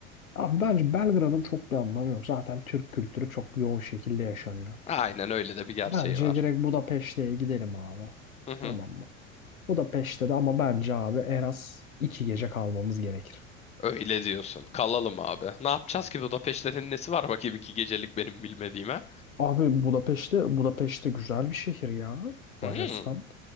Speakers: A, on the left; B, on the left.
A: Abi bence Belgrad'ın çok bir anlamı yok. Zaten Türk kültürü çok yoğun şekilde yaşanıyor.
B: Aynen öyle de bir gerçeği
A: Bence
B: var.
A: direkt Budapeşte'ye gidelim abi.
B: Hı hı.
A: Tamam mı? Budapeşte de ama bence abi en az iki gece kalmamız gerekir.
B: Öyle diyorsun. Kalalım abi. Ne yapacağız ki Budapeşte'nin nesi var bakayım iki gecelik benim bilmediğime?
A: Abi Budapeşte, Budapeşte güzel bir şehir ya. Macaristan.
B: Hmm,